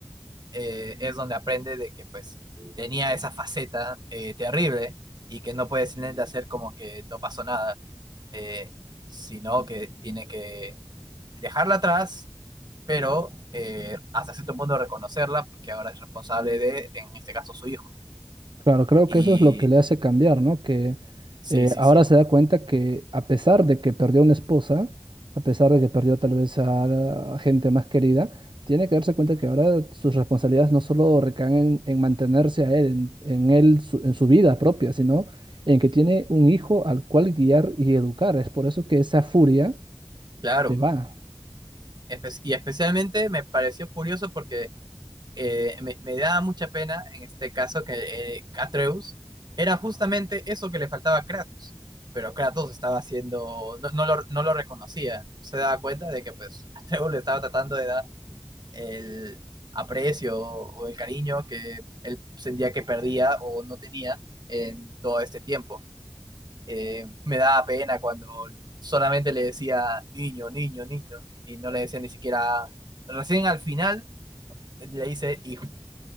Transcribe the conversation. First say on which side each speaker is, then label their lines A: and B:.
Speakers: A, on the right; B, on the right.
A: eh, es donde aprende de que pues tenía esa faceta eh, terrible y que no puede simplemente hacer como que no pasó nada, eh, sino que tiene que dejarla atrás, pero eh, hasta cierto punto reconocerla porque ahora es responsable de, en este caso, su hijo.
B: claro, creo
A: Y
B: que eso es lo que le hace cambiar, ¿no? Que
A: Sí,
B: eh,
A: sí,
B: ahora
A: sí,
B: se da cuenta que a pesar de que perdió una esposa, a pesar de que perdió tal vez a, la a gente más querida, tiene que darse cuenta que ahora sus responsabilidades no solo recaen en, en mantenerse a él, en, en él, su- en su vida propia, sino en que tiene un hijo al cual guiar y educar. Es por eso que esa furia
A: claro.
B: se va.
A: Espe- y especialmente me pareció curioso porque eh, me, me daba mucha pena en este caso que eh, Atreus era justamente eso que le faltaba a Kratos, pero Kratos estaba haciendo, no, no lo, no lo reconocía, se daba cuenta de que pues <laughs> Atreus le estaba tratando de dar el aprecio o, o el cariño que él sentía que perdía o no tenía en todo este tiempo. Eh, me daba pena cuando solamente le decía niño, niño, niño, y no le decía ni siquiera. Recién al final le hice hijo.